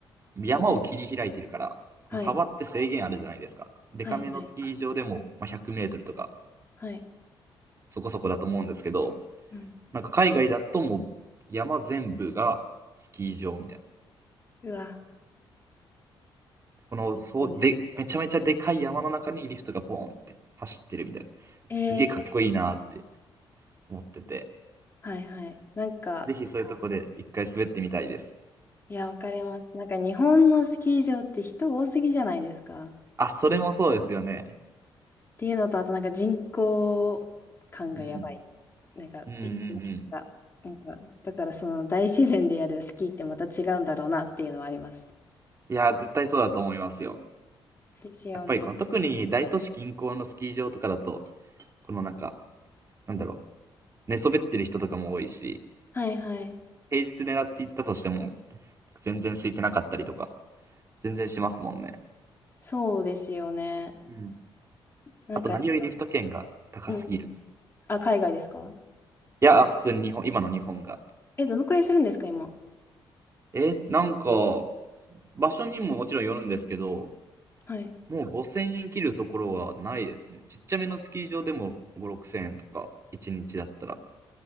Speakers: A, on the right; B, on the left.
A: 山を切り開いてるから、この幅って制限あるじゃないですか。
B: はい。
A: デカめのスキー場でも、
B: はいはい。
A: まあ、100メートルとか
B: はい。
A: そこそこだと思うんですけど、
B: うん。
A: なんか海外だともう山全部がスキー場みたいな。
B: うわ、
A: この、
B: 最高です。
A: そう、で、めちゃめちゃでかい山の中にリフトがボーンって走ってるみたいな。
B: ええ。
A: すげえかっこいいなって思ってて、
B: はいはい。なんか、
A: ぜひそういうとこで一回滑ってみたいです。
B: いや、わかります。なんか日本のスキー場って人多すぎじゃないですか。
A: あ、それもそうですよね。
B: っていうのと、あとなんか人口感がやばい。
A: うん。
B: なんか、
A: うんうんうん。
B: 雪の質が。なんか、だからその大自然でやるスキーってまた違うんだろうなっていうのはあります。
A: いや、絶対そうだと思いますよ。
B: ですよね。
A: やっぱりこの特に大都市近郊のスキー場とかだと、このなんか、なんだろう、寝そべってる人とかも多いし、
B: はいはい。
A: 平日狙っていったとしても、全然空いてなかったりとか、全然しますもんね。
B: そうですよね。
A: うん。
B: なんかやっぱ、
A: あと何よりリフト券が高すぎる。
B: うんうん。あ、海外ですか
A: いや、普通に日本、今の日本が。
B: え、どのくらいするんですか、今。
A: え、なんか、場所にももちろんよるんですけど、
B: はい。
A: もう5000円切るところはないですね。ちっちゃめのスキー場でも5、6000円とか、1日だったら。